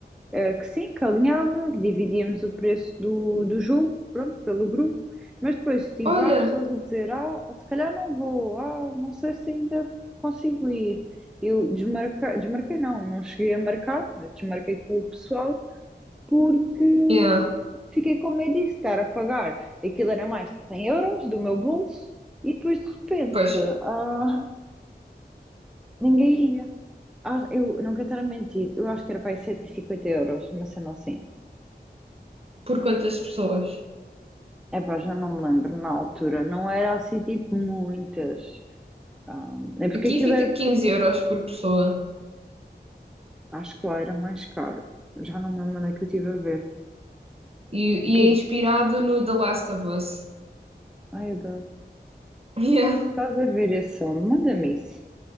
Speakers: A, in the centre; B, on the right (about 35°).
A: eh, que sim, que alinhavam, que dividíamos o preço do, do jogo, pronto, pelo grupo. Mas depois tive
B: Olha,
A: lá pessoas a dizer: Ah, se calhar não vou, ah, não sei se ainda consigo ir. Eu desmarquei, desmarquei não, não cheguei a marcar, mas desmarquei com o pessoal porque
B: yeah.
A: fiquei com medo disso, estar a pagar. Aquilo era mais de 100 euros do meu bolso e depois de repente,
B: Pois,
A: ah, ninguém ia. Ah, eu não quero estar a mentir, eu acho que era para aí 150 euros, mas sendo assim.
B: por quantas pessoas?
A: Epá, já não me lembro na altura, não era assim tipo muitas. Ah, é porque
B: Aqui
A: aquilo
B: fica
A: era,
B: 15 euros por pessoa
A: acho que lá era mais caro. Já não me lembro onde é que eu estive a ver.
B: e,
A: O que
B: e
A: é
B: é
A: isto?
B: inspirado no The Last of Us. <laughs>
A: Ai, eu adoro.
B: Yeah.
A: Estás a ver esse som? Manda-me isso.